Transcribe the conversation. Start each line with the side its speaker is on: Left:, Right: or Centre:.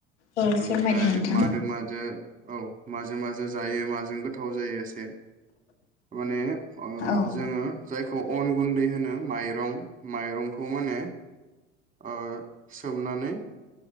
Left: औ फोरमायदो
Right: ओमफ्राय
Left: नोंथां
Right: मादो माजो औ माजों माजों जायो माजों गोथाव जायो एसे माने ओ
Left: औ
Right: जोङो जाय खौ अन गुन्दै होनो माइरं माइरं खौ माने ओ सोमनानै